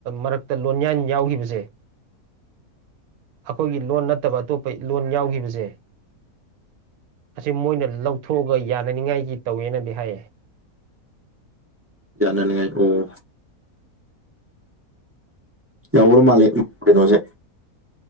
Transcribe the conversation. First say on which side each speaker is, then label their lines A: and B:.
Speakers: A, on the right; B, on the right.
A: ꯃꯔꯛ ꯇ ꯂꯣꯟꯌꯥꯟ ꯌꯥꯎꯈꯤꯕꯁꯦ ꯑꯩꯈꯣꯏꯒꯤ ꯂꯣꯟ ꯅꯠꯇꯕ ꯑꯇꯣꯞꯄ ꯂꯣꯟ ꯌꯥꯎꯈꯤꯕꯁꯦ ꯑꯁꯤ ꯃꯣꯏꯅ ꯂꯧꯊꯣꯛꯑꯒ ꯌꯥꯅꯅꯤꯡꯉꯥꯏꯒꯤ ꯇꯧꯋꯦꯅꯗꯤ ꯍꯥꯏꯌꯦ
B: ꯌꯥꯅꯅꯤꯡꯉꯥꯏ ꯑꯣ ꯌꯧꯔ ꯃꯥꯜꯂꯦ ꯀꯩꯅꯣꯁꯦ